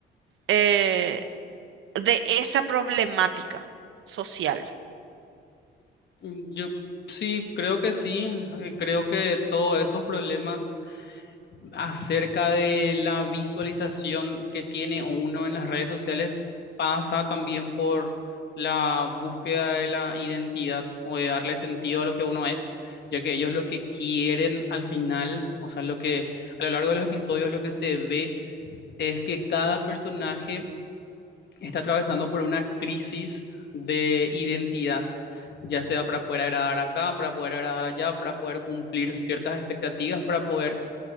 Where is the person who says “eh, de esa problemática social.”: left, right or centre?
Right